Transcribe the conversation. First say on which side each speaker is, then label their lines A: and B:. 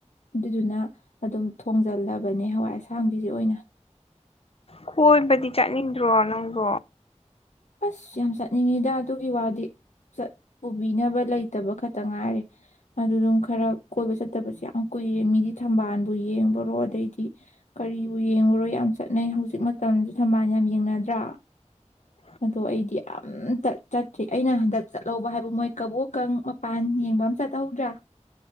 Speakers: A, on the left (about 80°); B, on the left (about 55°).
A: ꯑꯗꯨꯗꯨꯅ ꯑꯗꯨꯝ ꯊꯣꯡꯖꯜꯂꯕꯅꯦ ꯍꯋꯥꯏ ꯑꯁꯥꯡꯕꯤꯁꯦ ꯑꯣꯏꯅ
B: ꯀꯣꯏꯕꯗꯤ ꯆꯠꯅꯤꯡꯗ꯭ꯔꯣ ꯅꯪꯕꯣ
A: ꯑꯁ ꯌꯥꯝ ꯆꯠꯅꯤꯡꯉꯤꯗ ꯑꯗꯨꯒꯤ ꯋꯥꯗꯤ ꯄꯨꯕꯤꯅꯕ ꯂꯩꯇꯕ ꯈꯛꯇ ꯇ ꯉꯥꯏꯔꯦ ꯑꯗꯨꯗꯨꯝ ꯈꯔ ꯀꯣꯏꯕ ꯆꯠꯇꯕꯁ ꯌꯥꯝ ꯀꯨꯏꯔꯦ ꯃꯤꯗꯤ ꯊꯝꯕꯥꯟꯕꯨ ꯌꯦꯡꯕꯔꯣ ꯑꯗꯩꯗꯤ ꯀꯔꯤꯕꯨ ꯌꯦꯡꯉꯨꯔꯣ ꯌꯥꯝ ꯆꯠꯅꯩ ꯍꯧꯖꯤꯛ ꯃꯇꯝꯁꯦ ꯊꯝꯕꯥꯜꯅ ꯌꯥꯝ ꯌꯦꯡꯅꯗ꯭ꯔꯥ
B: <inaudible>
A: ꯑꯗꯣ ꯑꯩꯗꯤ ꯑꯝꯇ ꯆꯠꯇ꯭ꯔꯤ ꯑꯩꯅ ꯍꯟꯗꯛ ꯆꯠꯍꯧꯕ ꯍꯥꯏꯕꯕꯨ ꯃꯣꯏ ꯀꯕꯣꯛꯀꯡ ꯃꯄꯥꯟ ꯌꯦꯡꯕ ꯆꯠꯍꯧꯗ꯭ꯔꯥ